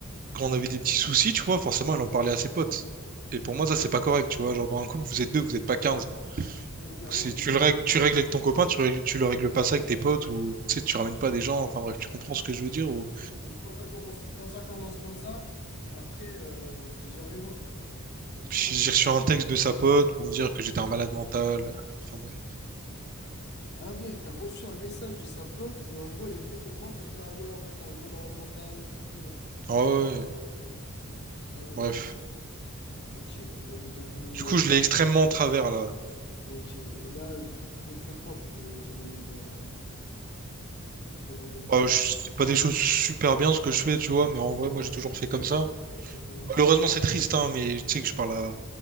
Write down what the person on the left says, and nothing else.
ouais, clairement,
et quand ça commence, quand ça commence comme ça, après, euh, c'est jamais bon. hein. Franchement,
euh.
Ah ouais, t'as reçu un message de sa pote et en gros, elle est venue te voir pour te dire, ah ouais, en fait, t'as un gros malade mental et tout. euh.
Ah ouais, Ah ouais,
Ok, ouais, donc un peu.
Ok. Et là, du coup, tu comptes faire quoi pour euh, te remettre dans. te remettre bien?
Mhm.